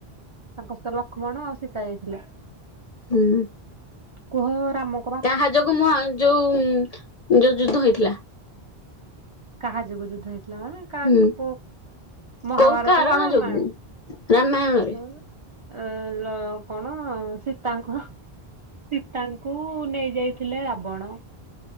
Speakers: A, on the right (about 40°); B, on the left (about 50°).
A: ତାଙ୍କ ସହିତ ଲକ୍ଷ୍ମଣ ଆଉ ସୀତା ଯାଇଥିଲେ।
B: ହୁଁ।
A: କୁହ ରାମ
B: କାହା ଯୋଗୁ ମୁହ ଯୋଉ ଯୋଉ ଯୁଦ୍ଧ ହେଇଥିଲା।
A: କାହା ଯୋଗୁ ଯୁଦ୍ଧ ହେଇଥିଲା ମାନେ। କା
B: ହୁଁ
A: କୋ ମହାଭାରତ
B: କୋଉ କାରଣ
A: ନା ରାମାୟଣ
B: ଯୋଗୁ ରାମାୟଣରେ
A: ହୁଁ। ଏ ଲ କଣ ସୀତାଙ୍କୁ। ସୀତାଙ୍କୁ ନେଇ ଯାଇଥିଲେ ରାବଣ।